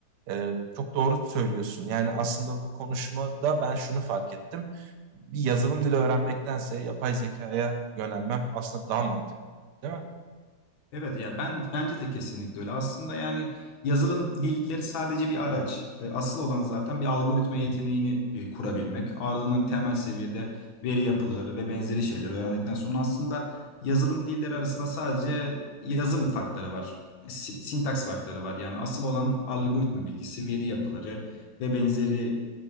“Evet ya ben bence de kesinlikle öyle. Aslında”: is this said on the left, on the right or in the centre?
Left